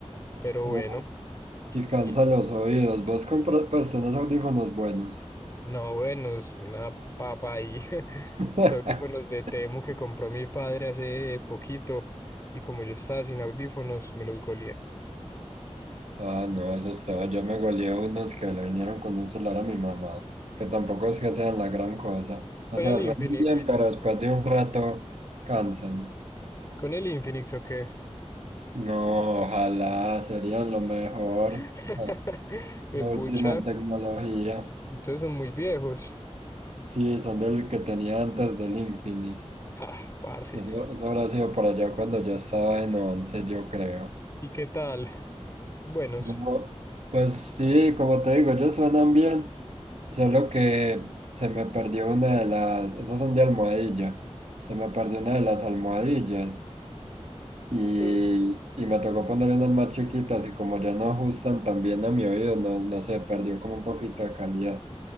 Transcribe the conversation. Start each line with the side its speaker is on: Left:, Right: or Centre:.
Left: Pero
Right: Uh,
Left: bueno,
Right: y cansa
Left: y-
Right: los oídos, vos compras, pues tenés audífonos buenos.
Left: no, bueno, es una papa ahí. <laughs>
Right: <laughs>
Left: Los audífonos de Temu que compró mi padre hace poquito, y como yo estaba sin audífonos, me los goleé.
Right: Ah, no, eso es todo, yo me goleé unos que le vinieron con un celular a mi mamá, que tampoco es que sean la gran cosa. O
Left: Con
Right: sea,
Left: el Infinix,
Right: suenan bien, pero después de un rato cansan.
Left: con el Infinix, ¿o qué?
Right: No, ojalá, serían lo mejor.
Left: <laughs>
Right: Ah,
Left: Me
Right: Lo
Left: pucha,
Right: último en tecnología.
Left: entonces son muy viejos.
Right: Sí, son del que tenía antes del Infinix.
Left: Ah, parce.
Right: Eso, eso habrá sido por allá cuando yo estaba en once yo creo.
Left: ¿Y qué tal? Buenos.
Right: No, pues sí, como te digo, ellos suenan bien, solo que se me perdió una de las, esos son de almohadilla, se me perdió una de las almohadillas y,
Left: Mm.
Right: y me tocó poner unas más chiquitas y como ya no ajustan tan bien a mi oído, no, no sé, perdió como un poquito de calidad.